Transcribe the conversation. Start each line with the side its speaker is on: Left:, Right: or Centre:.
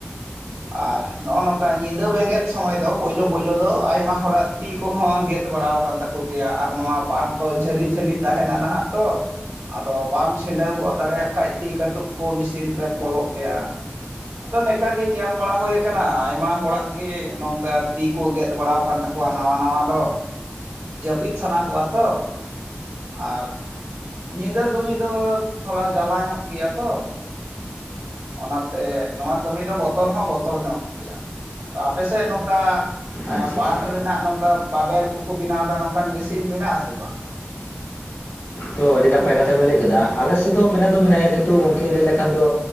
Right: ᱟᱨ ᱱᱚᱸᱜ-ᱚ ᱱᱚᱝᱠᱟ ᱧᱤᱫᱟᱹ ᱵᱮᱸᱜᱮᱫ ᱥᱚᱢᱚᱭ ᱫᱚ ᱯᱳᱭᱞᱳ ᱯᱳᱭᱞᱳ ᱫᱚ ᱟᱭᱢᱟ ᱦᱚᱲᱟᱜ ᱛᱤ ᱠᱚᱦᱚᱸ ᱜᱮᱫ ᱵᱟᱲᱟᱣ ᱟᱠᱟᱱ ᱛᱟᱠᱚ ᱜᱮᱭᱟ ᱟᱨ ᱱᱚᱣᱟ ᱯᱟᱴ ᱛᱚ ᱡᱷᱟᱹᱞᱤ ᱡᱷᱟᱹᱞᱤ ᱛᱟᱦᱮᱸᱱᱟ ᱱᱟᱦᱟᱜ ᱛᱚ, ᱟᱫᱚ ᱵᱟᱢ ᱪᱷᱤᱰᱟᱹᱣ ᱜᱚᱫ ᱫᱟᱲᱮᱭᱟᱜ ᱠᱷᱟᱡ ᱛᱤ ᱠᱟᱹᱴᱩᱵ ᱠᱚ ᱢᱮᱥᱤᱱ ᱨᱮ ᱵᱚᱞᱚᱜ ᱜᱮᱭᱟ᱾ ᱟᱫᱚ ᱱᱮᱝᱠᱟ ᱜᱮ ᱧᱮᱞ ᱵᱟᱲᱟ ᱦᱩᱭ ᱟᱠᱟᱱᱟ ᱟᱭᱢᱟ ᱦᱚᱲᱟᱜ ᱜᱮ ᱱᱚᱝᱠᱟ ᱛᱤ ᱠᱚ ᱜᱮᱫ ᱵᱟᱲᱟ ᱟᱠᱟᱱ ᱛᱟᱠᱚᱣᱟ ᱱᱟᱣᱟ ᱱᱟᱣᱟ ᱫᱚ᱾ ᱡᱟᱹᱯᱤᱫ ᱥᱟᱱᱟ ᱠᱚᱣᱟ ᱛᱚ ᱟᱨ ᱧᱤᱫᱟᱹ ᱠᱟᱹᱢᱤ ᱫᱚ ᱛᱷᱚᱲᱟ ᱡᱟᱞᱟ ᱧᱚᱸᱜ ᱜᱮᱭᱟ ᱛᱚ, ᱚᱱᱟᱛᱮ ᱱᱚᱣᱟ ᱠᱟᱹᱢᱤ ᱫᱚ ᱵᱚᱛᱚᱨ ᱦᱚᱸ ᱵᱚᱛᱚᱨ ᱧᱚᱸᱜ ᱜᱮᱭᱟ᱾ ᱟᱯᱮ ᱥᱮᱫ ᱱᱚᱝᱠᱟ
Left: ᱟᱪᱪᱷᱟ
Right: ᱯᱟᱴ
Left: ᱟᱪᱪᱷᱟ
Right: ᱨᱮᱱᱟᱜ ᱱᱚᱝᱠᱟ ᱵᱟᱵᱮᱨ ᱠᱚᱠᱚ ᱵᱮᱱᱟᱣ ᱮᱫᱟ ᱱᱚᱝᱠᱟᱱ ᱢᱮᱥᱤᱱ ᱢᱮᱱᱟᱜ ᱟᱥᱮ ᱵᱟᱝ?
Left: ᱛᱚ ᱟᱹᱰᱤ ᱱᱟᱯᱟᱭ ᱠᱟᱛᱷᱟ ᱵᱮᱱ ᱞᱟᱹᱭ ᱠᱮᱫᱟ, ᱟᱞᱮ ᱥᱮᱫ ᱫᱚ ᱢᱮᱱᱟᱜ ᱫᱚ ᱢᱮᱱᱟᱜ ᱜᱮᱭᱟ ᱠᱤᱱᱛᱩ ᱜᱚᱝᱠᱮ ᱞᱟᱹᱭ ᱞᱮᱠᱷᱟᱱ ᱫᱚ